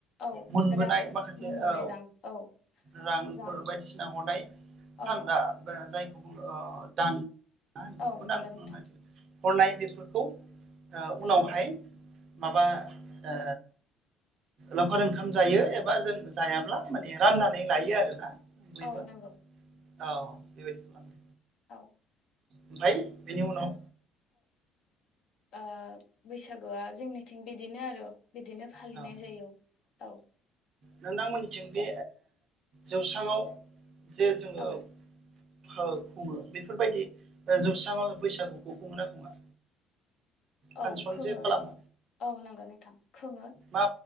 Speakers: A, on the left (about 45°); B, on the right (about 35°).
A: औ
B: मोनबोनाय
A: रां
B: माखासे
A: मोनबोनाय
B: औ
A: रां औ
B: रांफोर
A: रां
B: बायदिसिना हरनाय
A: औ
B: सानदा जाय दान दानखौ
A: औ नंगौ नोंथां
B: हरनाय बेफोरखौ उनावहाय
A: औ
B: माबा ओ लावखार ओंखाम जायो एबा जों जायाब्ला माने राननानै लायो आरोना। बयबो
A: औ नांगौ
B: औ बेबायदि खालामो
A: औ
B: ओमफ्राय बेनि उनाव
A: आ बैसागुआ जोंनिथिं बिदिनो आरो बिदिनो फालिनाय
B: औ
A: जायो औ
B: नोंथांमोननिथिं बे
A: दा
B: जौस्राङाव जे जोङो
A: औ
B: खुङो बेफोरबायदि जौस्राङाव बैसागुखौ खुङो ना खुङा फानसन
A: औ खोङो
B: जे खालामो
A: औ नंगौ नोंथां खोङो
B: मा